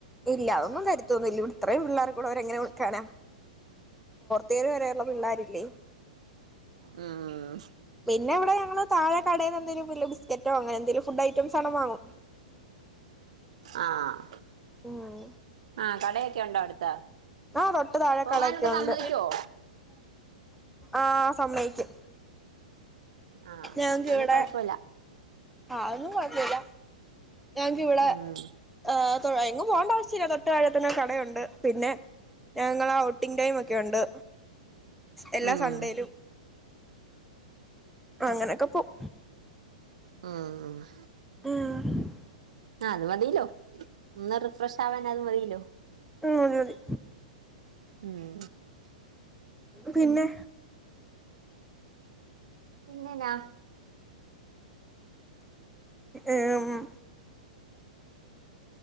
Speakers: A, in the centre; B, on the right.
A: ഇല്ലാ അതൊന്നും തരത്തൊന്നൂല്ല ഇവിടെ ഇത്രയും പിള്ളേർ കൂടെ അവരെങ്ങനെ കൊടുക്കാനാ തേര് വരെയുള്ള പിള്ളേരില്ലേ
B: മ്മ് മ്മ്
A: പിന്നെ ഇവിടെ ഞങ്ങള് താഴെ കടേന്ന് എന്തങ്കിലും ബിസ്ക്കറ്റോ അങ്ങനെ എന്തങ്കിലും ഫുഡ് ഐറ്റസ് ആണ് വാങ്ങും
B: ആഹ്
A: ഉം
B: ആഹ് കടയൊക്കെ ഉണ്ടോ അടുത്ത്
A: ആഹ് തൊട്ട് താഴെ
B: പോകാനൊക്കെ
A: കടയൊക്കെ ഉണ്ട്
B: സമ്മതിക്കുവോ
A: ആഹ് സമ്മതിക്കും
B: ആഹ്
A: ഞങ്ങക്ക്
B: എന്നാ പിന്നെ
A: ഇവിടെ
B: കൊഴപ്പല്ല
A: ആഹ് അതൊന്നും കൊഴപ്പില്ല ഞങ്ങക്ക് ഇവിടെ
B: ഉം
A: ആഹ് തൊ എങ്ങും പോകേണ്ട ആവശ്യമില്ല തൊട്ട് താഴെ തന്നെ കടയുണ്ട് പിന്നെ ഞങ്ങളാ ഔട്ടിംഗ് ടൈം ഒക്കെ ഉണ്ട് എല്ലാ
B: ഉം
A: സൺണ്ടേയിലും അങ്ങനൊക്കെ പോകും
B: മ്മ്
A: മ്മ്
B: ആഹ് അത് മതിലോ ഒന്ന് റിഫ്രഷ് ആവാൻ അത് മതിലോ
A: ഉം മതി മതി
B: മ്മ്
A: പിന്നെ
B: പിന്നെ എന്നാ
A: ഏഹ് മ്മ്